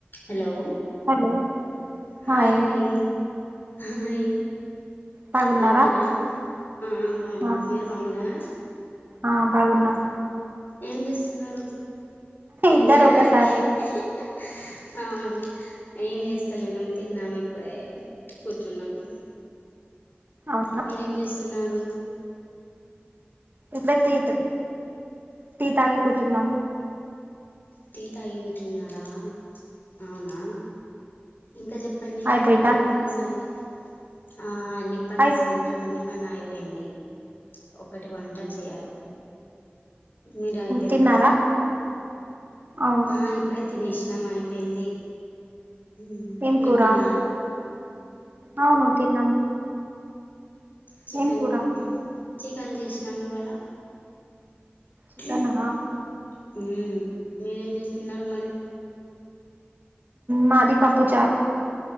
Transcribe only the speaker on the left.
hello
హాయండి
హాయి
బావున్నారా ఆ బావునం
మీరు బాగున్నారా
ఏం చేస్తున్నారు ఏమి
లేదాండి
హా హా అవును ఏం చేస్తాలేం తిన్నాము ఇప్పుడే కూర్చున్నాము
మీరేం చేస్తున్నారు
టీ తాగి కూర్చున్నారా అవునా ఇంకా చెప్పండి
ఏంటి సంగతి ఆ అన్నిప్పనే
సాయంత్రం అన్ని పన్న అయిపోయింది ఒకటి వంట చేయాలి మీరు అయిపోయిందా
ఆ ఇప్పుడే తినేసి నం అయిపోయింది ఉమ్
మీరు
తిన్నారా
చికెన్
చికెన్ చేసినాం ఇవాళ
ఉహ్మ్ హూ మీరేం చేస్తున్నారు మరి